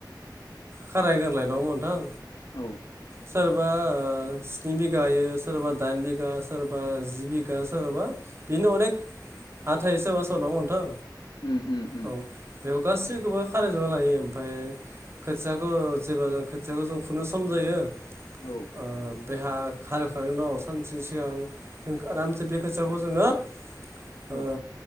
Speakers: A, on the right; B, on the left.
A: खारायग्रोना लानांगौ नोंथां?
B: औ।
A: सोरबा ओ स्नि बिगाायो सोरबा दाइन बिगा सोरबा जि बिगा सोरबा बिनो अनेक हा थायो सोरबा सोरबा नोंथां?
B: उम उम उम।
A: औ बेखौ गासैखौबो खारायजोबना लायो ओमफ्राय खोथियाखौ जेब्ला ज खोथियाखौ जों फुनो सम जायो
B: औ
A: ओ बेहा हालेवखांनायनि उनाव सानसे सिगां आरामसे बे खोथियाखौ जोङो ओ
B: औ।